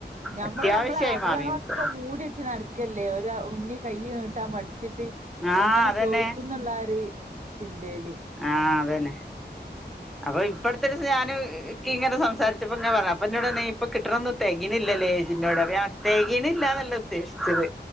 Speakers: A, on the right (about 40°); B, in the centre.
A: ഞമ്മള്
B: അത്യാവശ്യായി
A: നമ്മളെ ആഗ്രഹങ്ങളൊക്കെ
B: മാറീണ് ഇപ്പൊ
A: മൂടി വെച്ച നട്ക്കല്ലേ ഒരു മുന്നി കയ്യി നീട്ടാ മട്ച്ചിട്ട്
B: ആഹ്
A: എങ്ങനെ
B: അതന്നെ
A: ചോയ്ക്കുന്നുള്ള ഒര് ചിന്തേല്
B: ആഹ് അതന്നെ അപ്പൊ ഇപ്പട്തൊരീസം ഞാന് ക്കി ങ്ങനെ സംസാരിച്ചപ്പൊ ങ്ങനെ പർഞ് അപൊ എന്നോടർഞ്ഞി ഇപ്പൊ കിട്ടണോ തേകിണില്ലലേ ച്ചി നോട് തെകിണ്ല്ലാന്നല്ല ഉദ്ദേശ്ച്ചത്